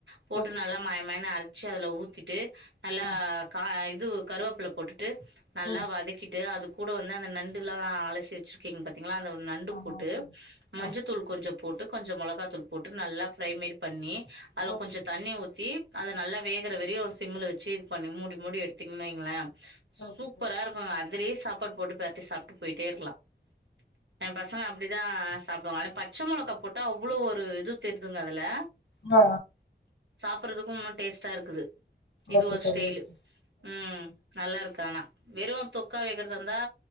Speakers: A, on the right (about 80°); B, on the left (about 80°).
A: போட்டு
B: ஓகே
A: நல்லா
B: தோழி
A: மயமயன்னு அரைக் ச்சு அதுல ஊத்திட்டு நல்லா
B: ஆ
A: கா இதுவு கருவேப்பில போட்டுட்டு நல்லா
B: ம்
A: வதக்கிட்டு அது கூடவந்து அந்த நண்டுலா அலசி வச் ருக்கீங் பாத்தீங்ளா அந்த நண்டு
B: ஆமாங்க
A: போட்டு
B: தோழி
A: மஞ்ச
B: ஆ
A: தூள் கொஞ்சோ போட்டு கொஞ்ஜோ மொளகாத்தூள் போட்டு நல்லா ஃப்ரை மேரி பண்ணி அதுல
B: ஓகே
A: கொஞ்சோ
B: தோழி
A: தண்ணி ஊத்தி அத நல்லா வேகுற வெரியு சிம்ல வச்சு இது பண்ணி மூடி மூடி எடுத்தீங்ன் வைங்களே
B: ஓகே
A: சூப்பரா
B: தோழி
A: இருக்கும்ங்க அதுலேயே சாப்பாடு போட்டு பெரட்டி சாப்ட்டு போயிட்டேருக்கலா ஏ பசங்க அப்டிதா சாப்டுவாங்க அதுல பச்ச மொளகா போட்டா அவ்ளோ ஒரு இது தெர்துங்க அதுல
B: ஆ
A: சாப்புட்றதுக்கு இன்னு டேஸ்ட்டா இருக்குது இது
B: ஓகே
A: ஒரு
B: தோழி
A: ஸ்டைலு
B: ஓகே
A: ம் நல்லா இருக்கு ஆனா வெறு தொக்கா வெக்றதார்ந்தா